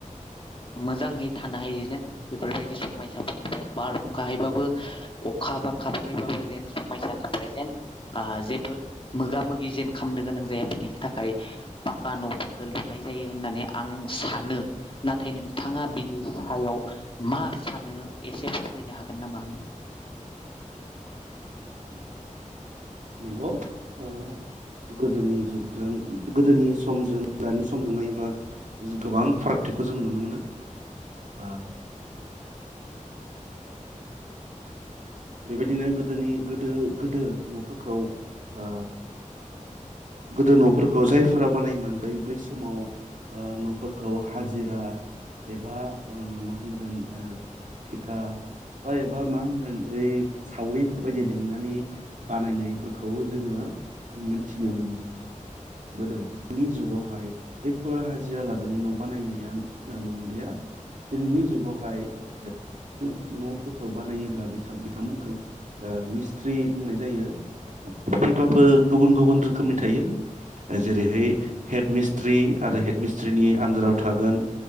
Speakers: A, on the left; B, on the right.
A: मोजांहै थानो हायो जेन बेफोरबायदि समायसाफोरनिफ्राय बारहुंखाहैबाबो अखा बांखा फायबाबो जेन समायसानिफ्राय जेन आ जेबो मोगा मोगि जेन खामनो गोनां जाया बिनि थाखाय पाक्का नफोरखो लुनाय जायो होननानै सानो नाथाय नोंथाङा बिनि सायाव मा सानो एसे फोर मैनो हागोन नामा आं
B: नंगौ ओ गोदोनि जुगजों गोदोनि समजों दानि समजों नायोब्ला गोबां फारागथिखौ जों नुनो मोनो ओ बेबायदिनो गोदोनि गोदो गोदो नफोरखौ ओ गोदो न'फोरखौ जायफोरा बानायोमोन बै बै समाव ओ न'फोरखौ हाजिरा एबा ओ मा होनगोन ओ थिका बा एबा मा होनगोन ओइ सावरिफोरबायदि लिंनानै बानायनायफोरखौ जोङो मोनथिनो मोन बोदों नि जुगावहाय बेब फोर हाजिरा लानानै न' बानायनाया ओ नंलिया दिनैनि जुगावहाय न' न'फोरखौ बानायोब्ला बिथां बिथांमोनखौ ओ मिस थ्रि बुंनाय जायो । थ्रि बाबो गुबुन गुबुन रोखोमनि थायो। जेरैहाय हेड मिस्ट्रि आरो हेड मिस्ट्रिनि आन्दाराव थागोन